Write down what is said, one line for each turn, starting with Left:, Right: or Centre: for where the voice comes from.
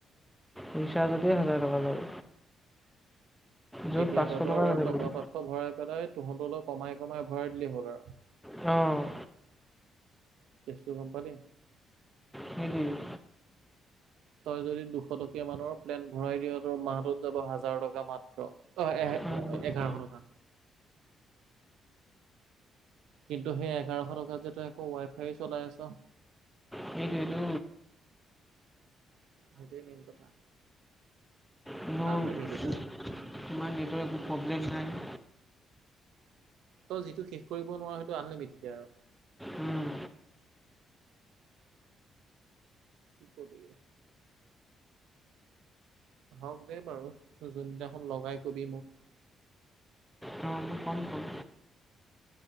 Centre: ৰিচাৰ্জতে হাজাৰ টকা যায়। য'ত
Right: এতিয়া
Centre: পাঁচশ
Right: তহঁতৰ
Centre: লাগে
Right: টকা
Centre: বোলে।
Right: পাচশ ভৰাই পেলাই তহঁতলৈ কমাই কমাই ভৰাই দিলেই হ'ল আৰু।
Centre: অ
Right: কেছটো গম পালি?
Centre: সেই দিলোঁ।
Right: তই যদি দুশ টকীয়া মানৰ প্লেন ভৰাই দিয় তোৰ মাহটোত যাব হাজাৰ টকা মাত্ৰ। অ, এহে এ
Centre: সেইটো
Right: - এঘাৰশ টকা। কিন্তু সেই এঘাৰশ টকাত যে একো ৱাই ফাইয়ো চলাই আছ।
Centre: সেই সেইটো।
Right: সেইটোৱেই মেইন কথা।
Centre: কিনো
Right: আনলিমিটেড
Centre: তোমাৰ
Right: আৰু
Centre: নেটৰ একো প্ৰব্লেম নাই।
Right: ত' যিটো শেষ কৰিব নোৱাৰ সেইটো আনলিমিটকে আৰু।
Centre: উম,
Right: কি কবি। আহক দে বাৰু যোনদিনাখন লগাই কবি মোক।
Centre: অহ, কম-কম